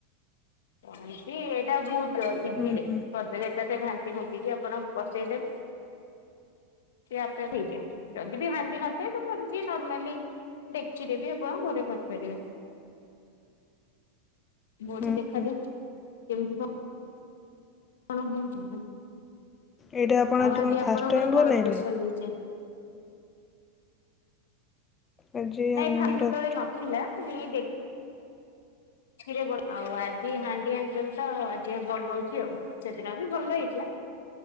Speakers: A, on the left; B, on the left.
A: ଏମିତି ଏଇଟା ବହୁତ ଇଜିରେ
B: ହୁଁ ହୁଁ
A: କରିଦେବେ ଏକାଥରେ ଘାଣ୍ଟି ଫୁଣ୍ଟିକି ଆପଣ ବସେଇଦେବେ ସିଏ ଆପେ ଆପେ ହେଇଯାଏ ଯଦିବି ହାଣ୍ଡି ନଥାଏ ତ ଯିଏ ନର୍ମାଲି ଡେକିଚିରେବି ଆପଣ ଘରେ କରିପାରିବେ। ମୁଅଛି
B: ହୁଁ
A: ଦେଖାଯାଉ
B: ହୁଁ
A: କେମିତି କଁ କଣ ହଉଚି
B: ଏଇଟା ଆପଣ
A: ଆଉ ଆଜି
B: କଣ ଫାଷ୍ଟ
A: ଆପଣଙ୍କର
B: ଟାଇମ୍
A: କଣ
B: ବନେଇଲେ?
A: ସ୍ପେଶାଲ ହେଇଚି ଆ
B: ଆଜି
A: ନାଇଁ
B: ଆମର
A: ଫାଷ୍ଟେ ସେତେବେଳେ ନଥିଲା ମୁଁ ଏଇ ଦେ ଥିରେ ଆଉ ଆଜି ହାଣ୍ଡି ଆଣିଚନ୍ତିତ ଆଉ ଆଜି ବନଉଚି ଆଉ ସେଦିନବି ଭଲ ହେଇଥିଲା।